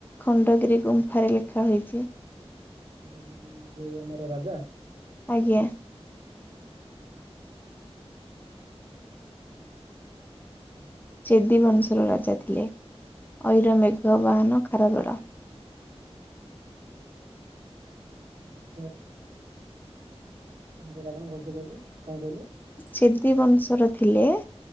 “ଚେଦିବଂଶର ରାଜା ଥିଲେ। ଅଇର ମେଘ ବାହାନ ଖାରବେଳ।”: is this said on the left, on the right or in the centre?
Left